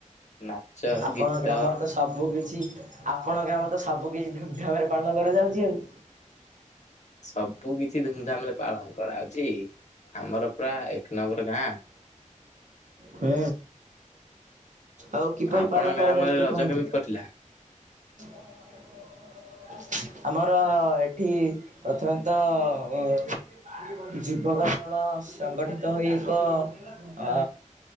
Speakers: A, on the left; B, on the right.
A: ନାଚ,
B: ଆପଣଙ୍କ
A: ଗୀତ
B: ଗ୍ରାମରେ ତ ସବୁ କିିଛି ଆପଣ ଗାମ ରେ ତ ସବୁ କିଛି ଧୁମଧାମରେ ପାଳନ କରାଯାଉଛି ଆଉ।
A: ସବୁ କିଛି ଧୁମଧାମ ରେ ପାଳନ କରାହାଉଛି ଆମର ପୁରା ଏକ ନମ୍ବର ଗାଁ।
B: ହୁଁ ଆଉ କିପରି
A: ଆପଣଙ୍କ
B: ପାଳନ
A: ଗ୍ରାମରେ
B: କରାଯାଉଛି ଟିକେ
A: ରଜ
B: କୁହନ୍ତୁ?
A: କେମିତି କଟିଲା?
B: <inaudible> ଆମର ଏଠି ପ୍ରଥମେ ତ ଅ ଯୁବକ ଦଳ ସଂଗଠିତ ହୋଇ ଏକ ଅ